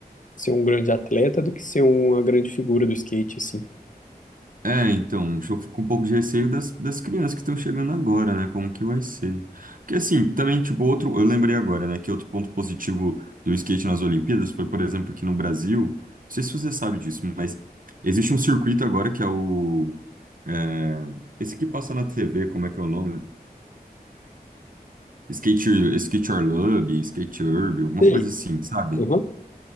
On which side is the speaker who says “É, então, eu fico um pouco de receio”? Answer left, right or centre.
Right